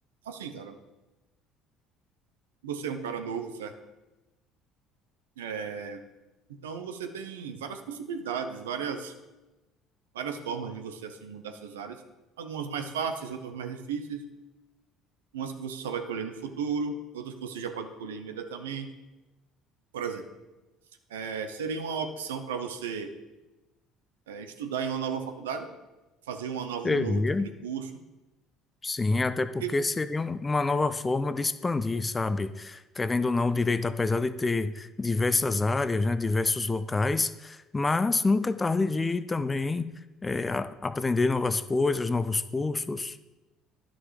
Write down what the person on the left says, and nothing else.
Seria
Sim, até porque
seria um- uma nova forma de expandir, sabe? Querendo ou não, o direito, apesar de ter diversas áreas, né, diversos locais, mas nunca é tarde de também eh, a- aprender novas coisas, novos cursos.